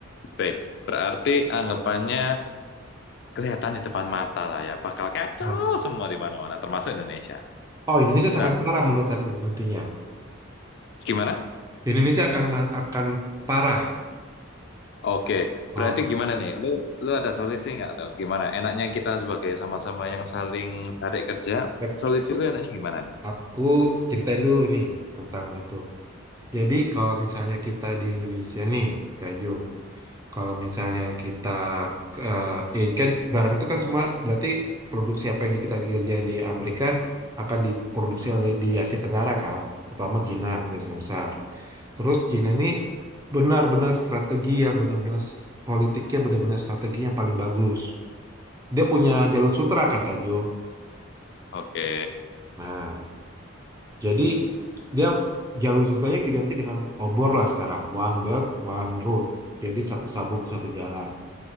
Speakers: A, on the left; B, on the right.
A: baik. Berarti anggapannya kelihatan di depan mata lah ya. Bakal kacau
B: Nah,
A: semua di mana-mana, termasuk Indonesia.
B: oh Indonesia sangat
A: Nah,
B: parah menurut aku nantinya.
A: gimana?
B: Indonesia akan akan parah.
A: Oke,
B: Ah,
A: berarti gimana nih? Lu, lu ada solusi nggak tuh? Gimana? Enaknya kita sebagai sama-sama
B: kan.
A: yang saling cari kerja,
B: Ya,
A: solusi
B: aku
A: lu enaknya gimana nih?
B: aku ceritain dulu nih tentang itu. Jadi kalau misalnya kita di Indonesia nih, Kak Jo. Kalau misalnya kita eh eh, kan barang itu kan semua berarti produksi apa yang kita kerjain di Amerika akan diproduksi oleh di Asia Tenggara kan, terutama Cina itu yang besar. Terus Cina ini benar-benar strategi yang benar-benar s- politiknya benar-benar strategi yang paling bagus. Dia punya jalur sutra kan Kak Jo.
A: Oke.
B: Nah, jadi dia jalur sutranya diganti dengan obor lah sekarang, one belt, one road. Jadi satu sabuk satu jalan.